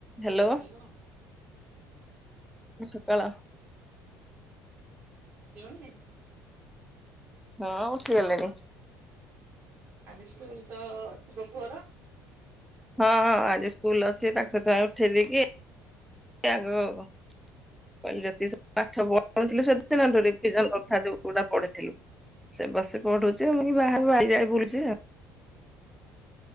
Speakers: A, in the centre; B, on the right (about 45°).
A: ହ୍ୟାଲୋ
B: ହାଲୋ ହଁ।
A: ସକାଳ।
B: ଠିଲୁଣି
A: ହଁ ଉଠିଗଲିଣି।
B: ଆଜି ସ୍କୁଲ ତ ତୋ ପୁଅର?
A: ହଁ ହଁ ଆଜି ସ୍କୁଲ ଅଛି ତାକୁ ସକାଳୁ ଉଠେଇ ଦେଇକି ଏ ଆଗ କହିଲି ଯେତିକି ସବୁ ପାଠ ପଢିଥିଲୁ ସେଦିନ, ରିଭିଜନ କରୁଥା ଯୋଉ ଯୋଉଟା ପଢ଼ିଥିଲୁ। ସେ ବସି ପଢ଼ୁଚି ମୁଁ ଇ ବାହାରୁ ଆଇଯାକେ ବୁଲୁଚି ଆଉ।